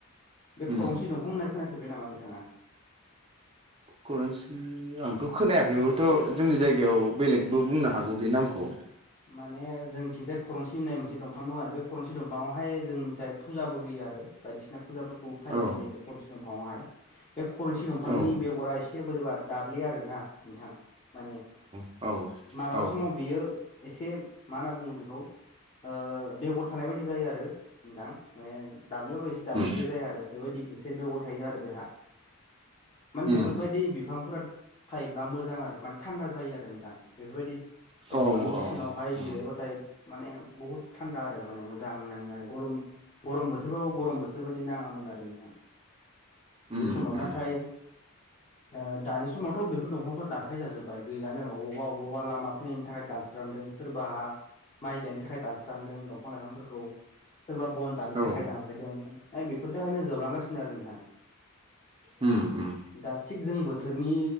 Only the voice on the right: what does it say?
उम
करन्सि आंथ' खोनायाखै हयथ' जोंनि जायगायाव बेलेगबो बुंनो हागौ बे नामखौ
औ
औ
औ
औ
उम
<inaudible>
उम
औ औ
उम
उम
उम
औ
उम उम